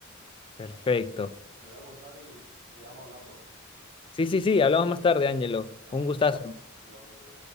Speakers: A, on the left; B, on the right.
A: perfecto.
B: Así que me voy a almorzar y quedamos hablando.
A: Sí, sí, sí, hablamos más tarde, Ángelo.
B: Dale,
A: Un gustazo.
B: igualmente.